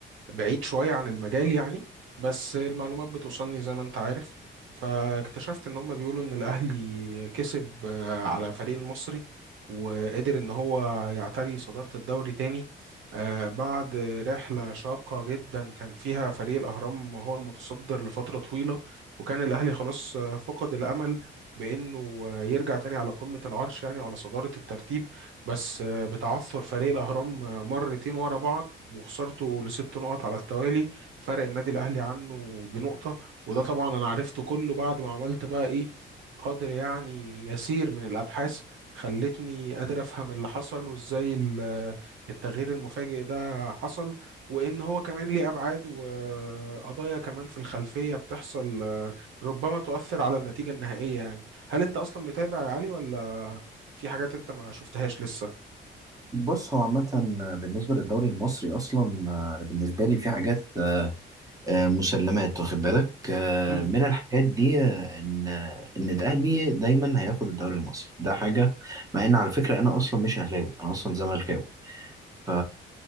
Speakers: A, on the right; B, on the right.
A: بعيد شوية عن المجال يعني بس المعلومات بتوصلني زي ما انت عارف فاكتشفت ان هم بيقولوا ان الاهلي كسب آه، على فريق المصري وقدر ان هو يعتري صدارة الدوري تاني آه، بعد رحلة شاقة جدا كان فيها فريق الأهرام هو المتصدر لفترة طويلة وكان الأهلي خلاص آه، فقد الأمل بأنه آه، يرجع تاني على قمة العرش يعني على صدارة الترتيب بس آه، بتعثر فريق الأهرام آه، مرتين ورا بعض وخسارته لست نقط على التوالي فرق النادي الأهلي عنه بنقطة وده طبعا أنا عرفته كله بعد ما عملت بقى إيه قدر يعني يسير من الأبحاث خلتني قادر أفهم اللي حصل وإزاي ال- آه، التغيير المفاجئ ده حصل وإن هو كمان ليه أبعاد وقضايا كمان في الخلفية بتحصل آه، ربما تؤثر على النتيجة النهائية يعني هل أنت أصلا متابع يا علي ولا في حاجات أنت ما شفتهاش لسه؟
B: بص هو عامة بالنسبة للدوري المصري أصلا آه، بالنسبة لي في حاجات آه، مسلمات واخد بالك آه،
A: مم.
B: من الحاجات دي آه، إن إن الأهلي دايما هياخد الدوري المصري ده حاجة مع إن على فكرة أنا أصلا مش أهلاوي أنا أصلا زملكاوي ف